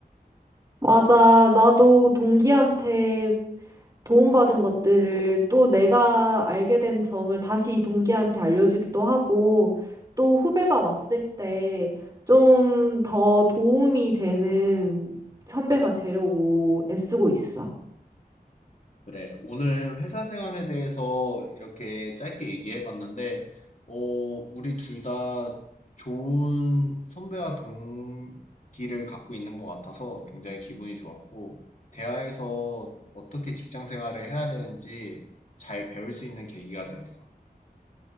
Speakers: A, on the right; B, on the left.
A: 맞아. 나도 동기한테 도움받은 것들을 또 내가 알게 된 점을 다시 동기한테 알려주기도 하고 또 후배가 왔을 때 좀 더 도움이 되는 선배가 되려고 애쓰고 있어.
B: 그래, 오늘 회사 생활에 대해서 이렇게 짧게 얘기해봤는데, 어, 우리 둘 다 좋은 선배와 동기를 갖고 있는 것 같아서 굉장히 기분이 좋았고, 대화에서 어떻게 직장 생활을 해야 되는지 잘 배울 수 있는 계기가 되었어.